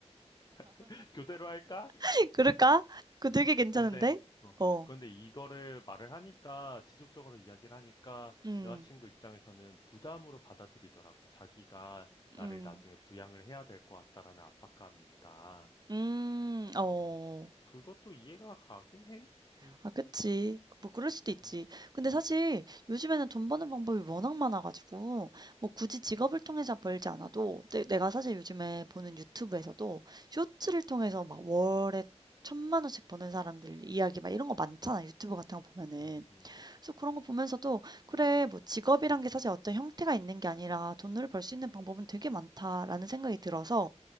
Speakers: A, on the left; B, on the right.
A: <laughs> 교대로 할까?
B: <laughs> 그럴까? 그거 되게 괜찮은데?
A: 근데, 어,
B: 어.
A: 그런데 이거를 말을 하니까, 지속적으로 이야기를 하니까,
B: 음.
A: 여자친구 입장에서는 부담으로 받아들이더라고. 자기가
B: 음.
A: 나를 나중에 부양을 해야 될 것 같다라는 압박감이 있다.
B: 음. 어.
A: 음. 그것도 이해가 가긴 해. 음,
B: 아, 그치. 뭐, 그럴 수도 있지.
A: 음,
B: 근데 사실 요즘에는 돈 버는 방법이 워낙 많아가지고, 뭐, 굳이 직업을 통해서 벌지 않아도, 내, 내가 사실 요즘에 보는 유튜브에서도, 쇼츠를 통해서 막 월에 천만 원씩 버는 사람들 이야기 막 이런 거 많잖아. 유튜브 같은 거 보면은.
A: 음, 음.
B: 그래서 그런 거 보면서도, 그래, 뭐, 직업이란 게 사실 어떤 형태가 있는 게 아니라 돈을 벌 수 있는 방법은 되게 많다라는 생각이 들어서,